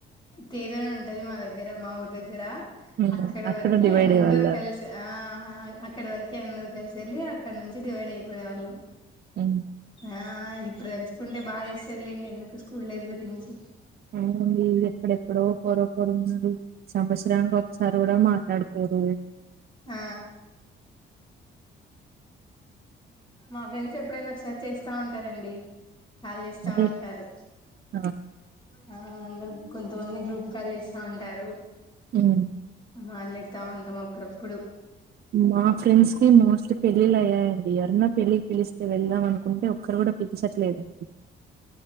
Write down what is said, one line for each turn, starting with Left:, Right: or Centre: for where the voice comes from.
Left: తేరని ఉంటుది మా దగ్గర మా ఊరి దగ్గర
Right: ఉమ్
Left: అక్కడి
Right: అక్కడ
Left: వరకి
Right: డివైడ్
Left: అందరు
Right: అయ్యేవాళ్ళ
Left: కలిసి ఆ ఆ అక్కడి వరకు అందరు కలిసి వెళ్ళి అక్కడ నుంచి డివైడ్ అయిపోయే వాళ్ళం
Right: ఉమ్
Left: ఆ ఇ ఇప్పుడు తెలుచుకుంటే బాగా ఇస్తారులేండి ఎందుకు స్కూల్ లేదు గురించి
Right: ఆ మీ ఎక్కడెక్కడో పపర్ మలు శబస్రాంగ సార్ కూడా మాట్లాడుకు ఎవరు
Left: ఆ మా ఫ్రెండ్స్ ఎప్పుడైనా ఒకసారి చేస్తా ఉంటారండి కాల్ చేస్తా
Right: ఆ
Left: ఉంటారు
Right: ఆ
Left: ఆ అందరు కొంతమంది గ్రూప్ కాల్ చేస్తా ఉంటారు
Right: హ్మ్
Left: మాట్లాతా ఉంటాం అప్పుడప్పుడు
Right: మా ఫ్రెండ్స్ కి మోస్ట్లీ పెళ్ళిళ్ళ అయ్యాయండి అరునత్ పెళ్లికి పిలిస్తే వెళ్దాం అనుకుంటే ఒక్కరు కూడా పిలిచట్లేదండి